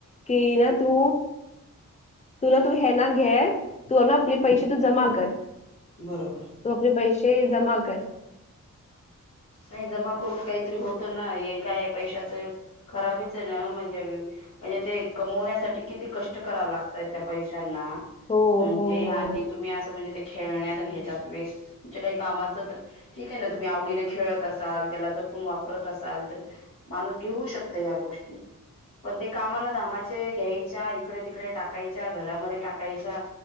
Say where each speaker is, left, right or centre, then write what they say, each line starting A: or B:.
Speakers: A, on the left (about 20°); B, on the left (about 75°).
A: कि.... ना... तू तु.. ना.. तू.. हे... ना घे.. तू.. ना आपले पैसे तू जमा कर.
B: बरोबर...
A: तू, आपले पैसे जमा कर.
B: नाही, जमा करून काहीतरी होत ना. हे काय पैशाच खराबीच आहे ना. म्हणजे? म्हणजे ते कमवण्यासाठी किती कष्ट कराला. त्या पैशांना,
A: हो
B: म्हणजे?
A: हो
B: आणि
A: हो
B: तुम्ही असं म्हणजे. ते खेळण्यात आणि ह्याच्यात वेस्ट. तुमच्या काही कामाचं तर ठीक आहे. ना त तुम्ही आवडीने खेळत असाल, त्याला जपून वापरत असाल, तर माणूस, घेऊ शकत या गोष्टी. पण, ते कामाना धामाचे घ्यायच्या. इकडे, तिकडे, टाकायच्या. घरामध्ये टाकायच्या.